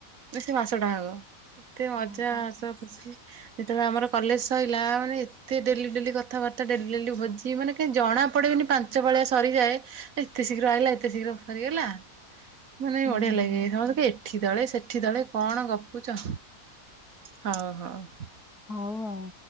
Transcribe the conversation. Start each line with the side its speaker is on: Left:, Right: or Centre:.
Right: ବେ ସେ ମାସଟାଙ୍କ କେତେ ମଜା
Left: ହଁ ପା।
Right: ହସ ଖୁସି। ଯେତେବେଳେ ଆମର କଲେଜ ସଇଲ ମାନେ ଏତେ ଡେଲି ଡେଲି କଥାବାର୍ତ୍ତା ଡେଲି ଡେଲି ଭୋଜି ମାନେ କି ଜଣା ପଡେନି ପାନ୍ ଞ୍ଚ ପାଳିଆ ସରିଯାଏ ଏତେ ଶୀଘ୍ର ଆଇଲା ଏତେ ଶୀଘ୍ର ସରିଗଲା ମାନେ
Left: ହୁଁ
Right: ବଢିଆ
Left: ହୁଁ
Right: ଲାଗେ। ସମସ୍ତେ କହିବେ ଏଠି ଦଳେ ସେଠି ଦଳେ କଣ ଗପୁଛ ହଉ ହଉ।
Left: ହଉ ହଉ।